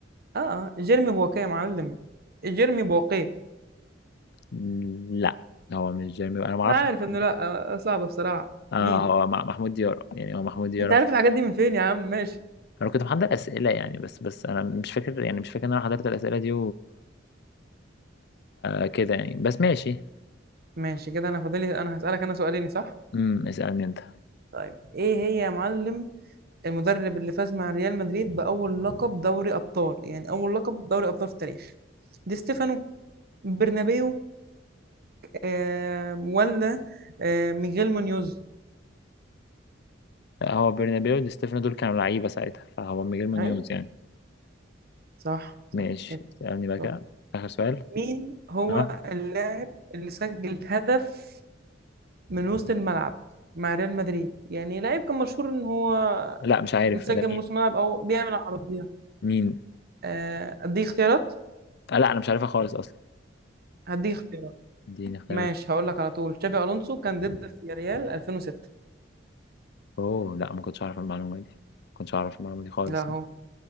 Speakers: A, on the right; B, on the left.
A: اه آه، جيرمي بواكيه يا معلم جيرمي بواكيه
B: م، لا هو مش جيرمي أنا معرفش
A: انا عارف
B: أصلاً
A: انه لا
B: مين.
A: آه، صعب بصراحة
B: اه
A: مين
B: هو مع- محمود ديارة يعني هو محمود ديارة
A: انت عارف
B: في-
A: الحاجات دي من فين يا عم ماشي
B: أنا كنت محضر أسئلة يعني بس بس أنا مش فاكر يعني مش فاكر إن أنا حضرت الأسئلة دي وكده يعني بس ماشي
A: ماشي كده انا فاضلي انا هسألك انا سؤالين صح
B: امم اسألني أنت
A: طيب ايه هي يا معلم المدرب اللي فاز مع ريال مدريد بأول لقب دوري أبطال يعني أول لقب دوري أبطال في التاريخ دي ستيفانو برنابيو آه ولا آه ميغيل مونيوز
B: لا، هو برنابيو ودي ستيفانو دول كانوا لعيبة ساعتها فهو ميغيل مونيوز
A: أي
B: يعني
A: صح صح
B: ماشي
A: إيه،
B: اسألني بقى
A: شاطر
B: كده آخر سؤال
A: مين هو
B: اه
A: اللاعب اللي سجل هدف من وسط الملعب مع ريال مدريد يعني لاعب كان مشهور ان هو
B: لا مش عارف
A: مسجل
B: إيه ده مين
A: من وسط الملعب او بيعمل عرضيات
B: مين
A: آه، اديك اختيارات
B: آه لا أنا مش عارفها خالص أصلا
A: هديك اختيارات
B: اديني اختيارات
A: ماشي هقول لك على طول تشافي الونسو كان ضد في ريال 2006
B: أوه لا ما كنتش أعرف المعلومة دي ما كنتش أعرف المعلومة دي خالص
A: لا هو